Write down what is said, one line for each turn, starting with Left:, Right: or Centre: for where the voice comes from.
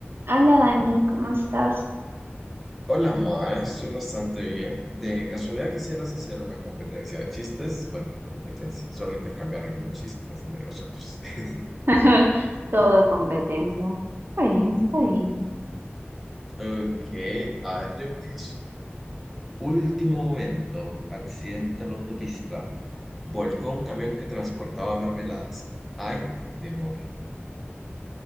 Right: Hola Dani, ¿cómo estás?
Centre: Hola, Ma, estoy bastante bien. De casualidad quisieras hacer una competencia de chistes. Bueno, no competencia, solo intercambiar algunos chistes entre nosotros. <laughs>
Right: <laughs> Todo competencia. Está bien, está bien.
Centre: Ok, a ver, yo empiezo. Último momento, accidente en la autopista. Volcó un camión que transportaba mermeladas. Ay, demora.